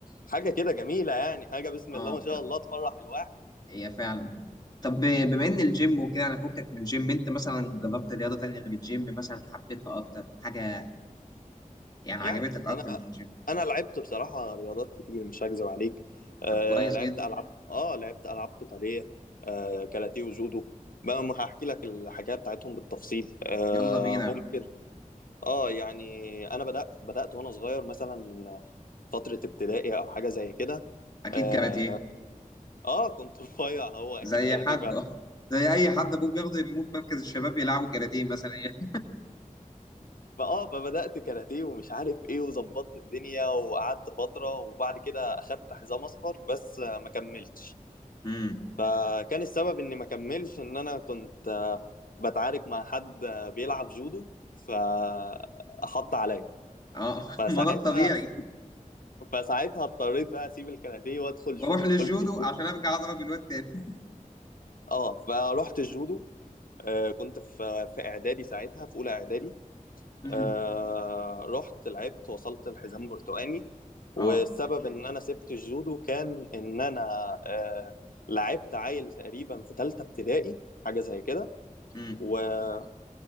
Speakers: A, on the left; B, on the left.
A: حاجة كده جميلة يعني حاجة بسم
B: اه
A: الله ما شاء الله تفرح الواحد
B: هي فعلا طب بما ان الجيم وكده انا فكك من الجيم انت مثلا جربت رياضه تانية غير الجيم مثلا حبيتها اكتر حاجه يعني
A: يعني
B: عجبتك اكتر
A: انا
B: من الجيم
A: انا لعبت بصراحة رياضات كتير مش هكذب عليك آه
B: طب كويس
A: لعبت
B: جدا
A: العاب اه لعبت العاب قتالية آه كاراتيه وجودو بقى ما هحكي لك الحكاية بتاعتهم بالتفصيل آه
B: يلا بينا
A: ممكن اه يعني انا بدات بدات وانا صغير مثلا فتره ابتدائي او حاجه زي كده
B: اكيد
A: اه
B: كاراتيه
A: آه، كنت <laughs> رفيع هو اكيد
B: زي
A: كاراتيه
B: حد
A: فعلا
B: <laughs> زي اي حد ابوه بياخده يرموه في مركز الشباب يلعبوا كاراتيه مثلا <laughs> يعني
A: فاه فبدات كاراتيه ومش عارف ايه وظبطت الدنيا وقعدت فتره وبعد كده اخدت حزام اصفر بس آه، ما كملتش
B: امم
A: فكان السبب اني ما كملش ان انا كنت آه، بتعارك مع حد آه، بيلعب جودو فحط عليا
B: اه <laughs>
A: فساعتها
B: ما ده الطبيعي
A: فساعتها اضطريت بقى اسيب الكاراتيه وادخل جودو
B: واروح للجودو
A: قلت
B: عشان ارجع اضرب الواد تاني
A: اه فروحت الجودو آه كنت في في اعدادي ساعتها في اولى اعدادي
B: امم
A: آه رحت لعبت وصلت الحزام برتقاني
B: <laughs>
A: والسبب
B: اه
A: ان انا سبت الجودو كان ان انا آه لعبت عيل تقريبا في ثالثه ابتدائي حاجه زي كده
B: امم
A: و-